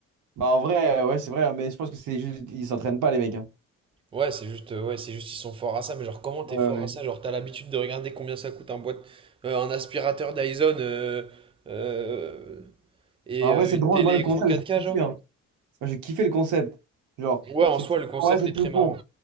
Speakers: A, on the right; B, on the right.
A: Bah en vrai, euh, ouais, c'est vrai, hein, mais je pense que c'est juste, ils s'entraînent pas, les mecs. hein.
B: Ouais, c'est juste, euh, ouais, c'est juste, ils sont forts à ça. Mais genre, comment t'es
A: Ouais,
B: fort
A: ouais.
B: à ça? Genre, t'as l'habitude de regarder combien ça coûte un boîte, euh, un aspirateur Dyson euh, euh, et
A: Bah, en
B: euh,
A: vrai, c'est
B: une
A: drôle,
B: télé
A: moi, le
B: écran
A: concept,
B: 4K,
A: j'ai
B: genre?
A: kiffé, hein. Moi, j'ai kiffé le concept. Genre,
B: Ouais, en
A: c'est
B: soi,
A: tout...
B: le concept
A: ouais, c'est
B: est
A: tout
B: très
A: con.
B: marrant.